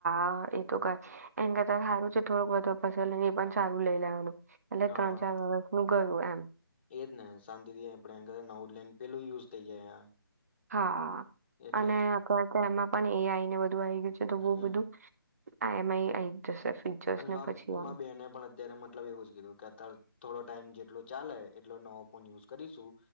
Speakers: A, on the right; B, on the left.
A: હા, એ તો કર એને કરતા સારું છે થોડુંક બધું. પલ એ પણ સારું લઈ લેવાનું. એટલે
B: હા,
A: વર્ષનું ગયું એમ.
B: એજ ને શાંતિથી આપડે <unintelligible> નવ ન પેલું યુઝ થઈ જાય.
A: હા
B: એટલે
A: અને
B: જ
A: અત તો એમાં પણ એઆઈ ને વધુ આવી ગયું છે તો બ
B: હમ
A: બધું. <unintelligible> આ. જશે ફીચર્સ
B: અને
A: ને
B: મા
A: પછી આમ
B: માર બેને પણ અત્યારે મતલબ એવું જ કીધું કે અત્યારે થોડો ટાઈમ જેટલો ચાલે એટલો નવો ફોન યુઝ કરીશું,